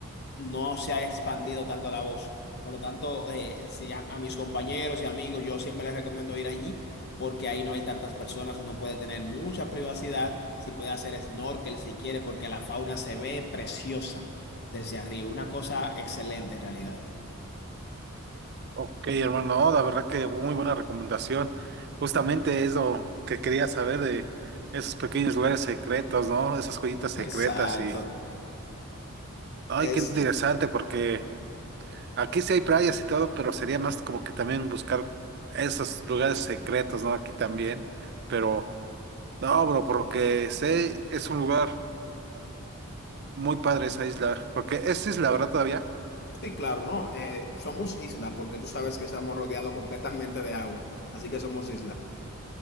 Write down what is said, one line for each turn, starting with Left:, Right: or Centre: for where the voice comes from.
Left: no se ha expandido tanto la voz. Por lo tanto, eh, si a, a mis compañeros y amigos, yo siempre les recomiendo ir allí porque ahí no hay tantas personas, uno puede tener mucha privacidad, si puede hacer snorkel si quiere, porque la fauna se ve preciosa desde arriba, una cosa excelente en realidad.
Right: Ok, hermano, no, la verdad que muy buena recomendación. Justamente es lo que quería saber de esos pequeños lugares secretos, ¿no? Esas joyitas secretas
Left: Exacto,
Right: y, ay,
Left: exacto.
Right: qué interesante porque aquí sí hay playas y todo, pero sería más como que también buscar esos lugares secretos, ¿no? Aquí también, pero no, bro, porque sé, es un lugar muy padre esa isla, porque es isla, ¿verdad, todavía?
Left: Sí, claro, no, eh, somos isla porque tú sabes que estamos rodeados completamente de agua, así que somos isla.